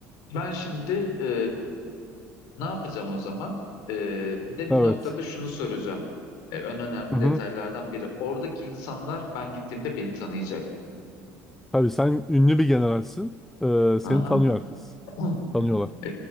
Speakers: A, on the left (about 70°); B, in the centre.
A: Ben şimdi e, ne yapacağım o zaman? E, bir de
B: Evet.
A: bir noktada şunu soracağım. E, en önemli
B: Hı
A: detaylardan
B: hı.
A: biri. Oradaki insanlar ben gittiğimde beni tanıyacak.
B: Tabii sen ünlü bir generalsin. Ee, seni
A: Aha.
B: tanıyor herkes.
A: <clears throat>
B: Tanıyorlar.
A: E,